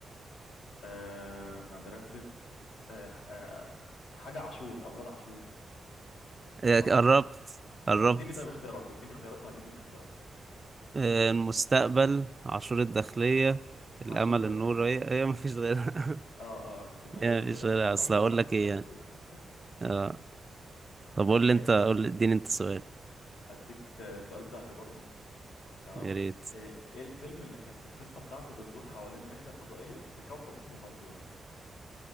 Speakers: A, on the left; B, on the right.
A: آه مدرسه آه ح- آه حاجه عاشور اولاد عاشور
B: إيه،
A: صح
B: قربت قربت
A: اديني طيب اختيارات اديني اختيارات وهجيب من الاختيارات
B: آه، المستقبل عاشور الداخلية الأمل
A: عاشور الداخليه
B: النور هي هي مفيش غيرها
A: اه اه عشان كان بيقعد
B: <laughs> هي
A: يقول لي
B: مفيش
A: مدر- عاشور
B: غيرها أصل
A: عاشور
B: هقول
A: عاشور
B: لك إيه
A: عاشور
B: يعني آه. طب قول لي
A: ماشي
B: أنت قول لي اديني أنت سؤال
A: اديك آه، سؤال سهل برضو تمام
B: يا ريت
A: ايه إيه الفيلم اللي كانت القصه بتاعته بتدور حوالين رحله فضائيه لكوكب اسمه بندوره